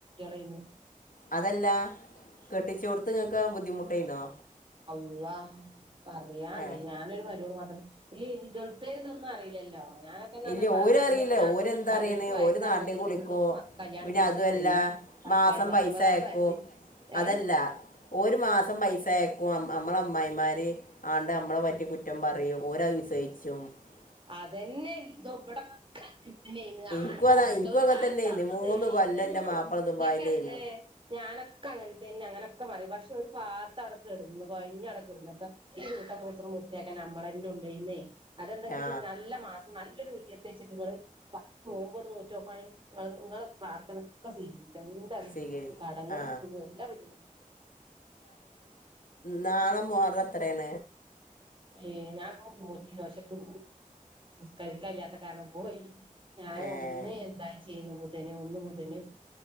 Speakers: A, on the right; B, on the left.
A: ആയിരുന്നു
B: അതല്ല കെട്ടിച്ച കൊടുത്തിങ്ങക്ക് ബുദ്ധിമുട്ടായിന്നോ
A: അള്ളാ പറയാനുണ്ടോ
B: ഏ
A: ഞാനൊരു <unintelligible> മാത്രം ഈ ഗൾഫിലേക്ക് ഇതൊന്നും അറിയില്ലല്ലോ ഞാനൊക്കെ എന്നാന്നോ
B: ഇല്ല
A: പത്ത്
B: ഓരറിയില്ല
A: പതിന
B: ഓരെന്താ
A: പതിനെട്ട്
B: അറിയണേ
A: വയസ്സ്
B: ഓര് നാട്ടിൽ
A: ആ കൊച്ചിന്
B: കുളിക്കോ
A: ഇങ്ങട് മ കല്യണംകഴിച്ചു
B: പിന്നെ അതുമല്ല
A: കൊണ്ടുന്നെ <unintelligible>
B: മാസം
A: പത്തൊമ്പതാമത്തെ
B: പൈസ അയക്കും
A: വയസ്സിൽ ഏ
B: അതല്ല ഒരു മാസം പൈസയക്കും നമ്മളെ അമ്മായിമാർ ആണ്ട് നമ്മളെ പറ്റിയ കുറ്റം പറയും ഓര വിശയി പിച്ചും <unintelligible>
A: അതെന്നെ ഇബടൊക്ക <unintelligible>
B: എനിക്കും
A: ആട് പറഞ്ഞിട്ട്
B: അതാ എനിക്കും
A: ഒരു
B: അങ്ങനെ
A: കാലത്ത്
B: തന്നെ ആയിരുന്നു
A: അഥ
B: മൂന്ന്
A: തെളിയിക്കുന്നു
B: കൊല്ലം എൻ്റെ മാപ്പിള ദുബായിലായിരുന്നു
A: നിനക്കെന്തേ ഞാൻ അതൊക്കെ അങ്ങനതന്ന അങ്ങന ഒക്കെ <unintelligible> പക്ഷ ഒരു പാത്ത അടക്ക ഇടുന്നു കൊഴഞ്ഞ അടക്ക ഇടുന്നു അപ്പൊ ഈ കൂട്ട മൂത്രം മുത്തിയാക്കാൻ നമ്മളെറെ ഉണ്ടന്നേ
B: ആ
A: നല്ല മാ നല്ലൊരു നീയത്ത വെച്ചിട്ട പത്ത് മോൻ്പോട് നൂറ്റ നോക്കയാണെങ്ക നിങ്ങെട പ്രാർത്ഥന ഒക്കെ ചെയ് എന്താ
B: സ്വീകരി
A: കടങ്ങളും
B: ആ
A: കൂടും എല്ലാം ബുദ്ധിമുട്ടള്ളു
B: നണും മോർത്രന
A: ഏ ഞാൻ പോറ്റി വശക്കർ ക കഴിയാത്ത കാലം പോയി. ഞാൻ
B: ഏ
A: ഒന്ന് എന്തായി ചെയ്യുന്നു ബുധന് ഒന്ന് ബുധനും